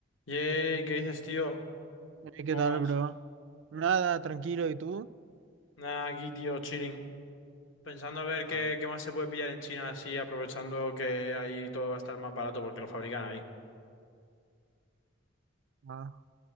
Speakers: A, on the left; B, on the right.
A: Yay, ¿qué dices, tío?
B: Eh, ¿Qué
A: ¿Cómo
B: tal,
A: vas?
B: bro? Nada, tranquilo, ¿y tú?
A: Nada, aquí, tío, chilling. Pensando a ver
B: Ah,
A: qué, qué más se puede pillar en China así, aprovechando que ahí todo va a estar más barato porque lo fabrican ahí.
B: ah.